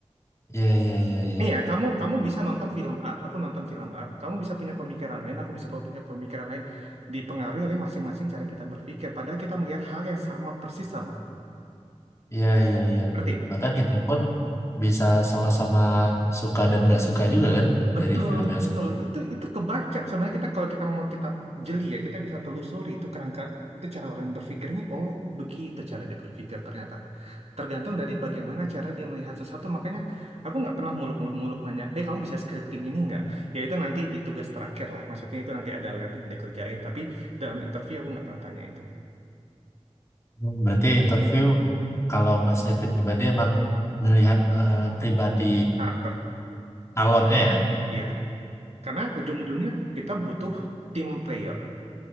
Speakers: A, on the left; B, on the right.
A: ya ya ya ya
B: Nih ya, kamu kamu bisa nonton film A, aku nonton film A. Kamu bisa punya pemikiran lain, aku bisa punya pemikiran lain. Dipengaruhi oleh masing-masing cara kita berpikir. Padahal kita melihat hal yang sama persis sama.
A: ya ya ya.
B: Ngerti?
A: Bahkan kita pun bisa sama-sama suka dan nggak suka juga kan
B: Betul,
A: dari film yang
B: betul.
A: sama.
B: Itu itu kebaca. Sebenarnya kita kalau kita mau kita jeli ya, kita bisa telusuri itu kerangka, itu cara orang berpikirnya. Oh, begitu cara dia berpikir ternyata. tergantung dari bagaimana cara dia melihat sesuatu makanya aku nggak pernah muluk-muluk nanya eh kamu bisa scripting ini nggak ya itu nanti di tugas terakhir lah maksudnya itu nanti ada lab yang dikerjain tapi dalam interview aku nggak pernah tanya itu
A: Hmm, Berarti interview kalau masnya pribadi emang ngelihat eh, pribadi
B: karakter
A: calonnya ya.
B: ya karena ujung-ujungnya kita butuh team player